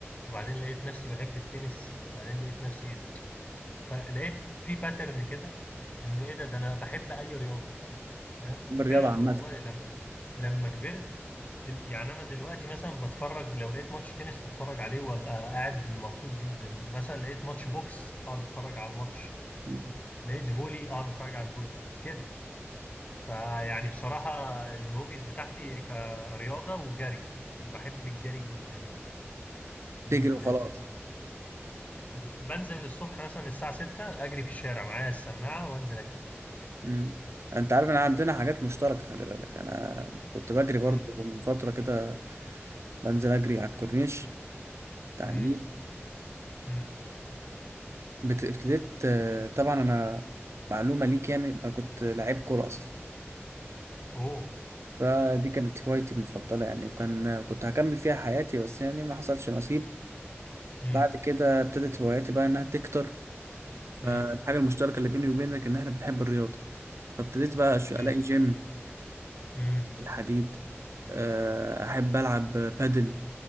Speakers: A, on the left (about 30°); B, on the right (about 75°).
A: وبعدين لقيت نفسي بحب التنس وبعدين لقيت نفسي فلقيت في باترن كده ان ايه ده ده انا بحب اي رياضة فاهم
B: بالرياضة
A: فعلا
B: عامة
A: والله لم لما كبرت دل... يعني انا دلوقتي مثلا بتفرج لو لقيت ماتش تنس اتفرج عليه وابقى قاعد مبسوط جدا مثلا لقيت ماتش بوكس اقعد اتفرج على الماتش
B: مم.
A: لقيت فولي اقعد اتفرج على الفولي كده فيعني بصراحة الهوبيز بتاعتي كرياضة وجري بحب الجري جدا جدا
B: تجري وخلاص
A: ب- بنزل الصبح مثلا الساعة 6 اجري في الشارع معايا السماعة وانزل اجري
B: مم. انت عارف ان عندنا حاجات مشتركة خلي بالك انا كنت بجري برضو
A: مم،
B: من فترة كده بنزل اجري على الكورنيش بتاع
A: مم،
B: النيل
A: مم.
B: وابتديت طبعا انا معلومة ليك يعني انا كنت لعيب كورة اصلا
A: اوه
B: فدي كانت هوايتي المفضلة يعني وكان كنت هكمل فيها حياتي بس يعني ما حصلش نصيب
A: امم
B: بعد كده ابتدت هواياتي بقى انها تكتر فالحاجة
A: امم
B: المشتركة اللي بيني وبينك ان احنا بنحب الرياضة فابتديت بقى
A: اوكي
B: أش- الاقي جيم
A: امم
B: الحديد آه، احب العب بادل